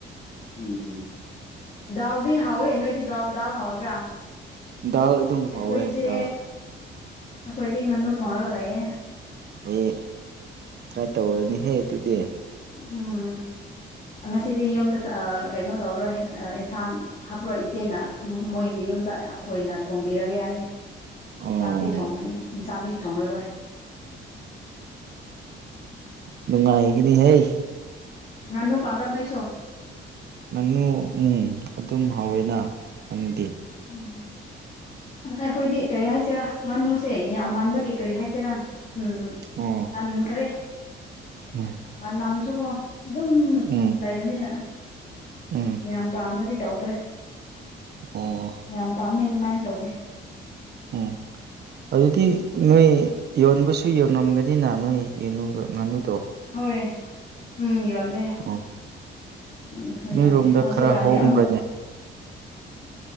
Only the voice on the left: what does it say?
ꯎꯝ ꯗꯥꯎꯗꯤ ꯍꯥꯎꯋꯦ ꯅꯣꯏꯗꯤ ꯗꯥꯎꯜ ꯗꯥꯎꯜ ꯍꯥꯎꯗ꯭ꯔꯥ
ꯑꯈꯣꯏꯁ
ꯑꯩꯈꯣꯏꯗꯤ ꯉꯥꯅꯨ ꯊꯣꯡꯉꯒ ꯂꯩꯌꯦꯦ
ꯎꯝ ꯉꯁꯤꯗꯤ ꯌꯨꯝꯗ ꯀꯩꯅꯣ ꯇꯧꯔꯣꯏ ꯑꯦꯟꯁꯥꯡ ꯍꯥꯞꯔꯣꯏ ꯏꯆꯦꯟꯅ ꯃꯣꯏꯒꯤ ꯌꯨꯝꯗ ꯑꯣꯏꯅ ꯊꯣꯡ ꯕꯤꯔꯒꯦ ꯍꯥꯏꯌꯦꯦ
ꯆꯥꯛꯇꯤ ꯊꯣꯡꯒꯅꯤ ꯏꯟꯁꯥꯡꯗꯤ ꯊꯣꯡꯂꯔꯣꯏ
ꯅꯥꯟꯅꯨ ꯄꯝ꯭ꯔꯥꯗ ꯅꯣꯏꯁꯣ
ꯎꯝ ꯑꯩꯈꯣꯏꯗꯤ ꯀꯩ ꯍꯥꯏ ꯍꯥꯏꯁꯤꯔꯥ ꯉꯥꯅꯨꯁꯦ ꯌꯥꯝ ꯃꯥꯟꯕꯒꯤ ꯀꯔꯤ ꯍꯥꯏꯁꯤꯔꯥ ꯎꯝ
ꯄꯥꯟꯈ꯭ꯔꯦ
ꯃꯅꯝꯁꯨꯀꯣ ꯑꯗꯨꯝ
ꯂꯩꯕꯅꯤꯅ
ꯌꯥꯝ ꯄꯥꯝꯕꯗꯤ ꯇꯧꯗ꯭ꯔꯦ
ꯌꯥꯝ ꯄꯥꯝꯃꯦ ꯑꯗꯨꯃꯥꯏꯅ ꯇꯧꯔꯦ
ꯍꯣꯏ ꯎꯝ ꯌꯣꯜꯂꯦ
ꯑꯗꯨꯁꯨ
ꯌꯣꯜꯂꯦ ꯍꯧꯖꯤꯛꯀꯥꯟꯗꯤ
ꯑꯃꯨꯛ